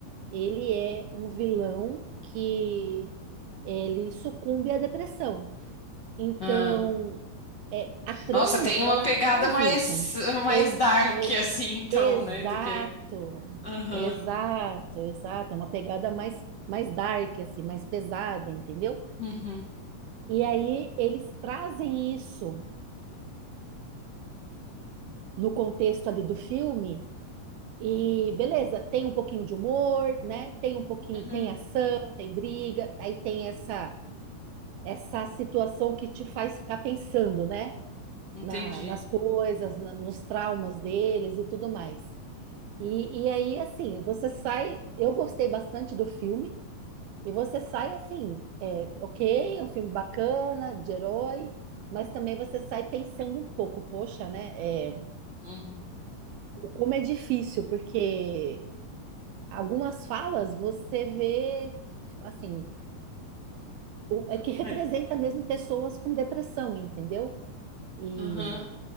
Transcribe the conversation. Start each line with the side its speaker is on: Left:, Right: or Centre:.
Right: ele é um vilão que ele sucumbe à depressão. Então,
Left: ah.
Right: é, a trama,
Left: Nossa, tem uma
Right: ela
Left: pegada
Right: traz
Left: mais,
Right: isso.
Left: mais
Right: Ex-
Left: dark,
Right: é-
Left: <laughs> assim, então,
Right: exato,
Left: né? Do que. Aham.
Right: exato, exato. É uma pegada mais, mais dark, assim, mais pesada, entendeu?
Left: Uhum.
Right: E aí eles trazem isso no contexto ali do filme E beleza, tem um pouquinho de humor, né? Tem um pouquinho,
Left: Uhum.
Right: tem ação, tem briga, aí tem essa essa situação que te faz ficar pensando, né?
Left: Entendi.
Right: Na- nas coisas, na- nos traumas deles e tudo mais. E, e aí, assim, você sai. Eu gostei bastante do filme, e você sai assim, é, ok, é um filme bacana, de herói, mas também você sai pensando um pouco, poxa, né? é,
Left: Uhum.
Right: como é difícil, porque algumas falas você vê assim, o- é que representa
Left: Ah,
Right: mesmo pessoas com depressão, entendeu? E
Left: Aham.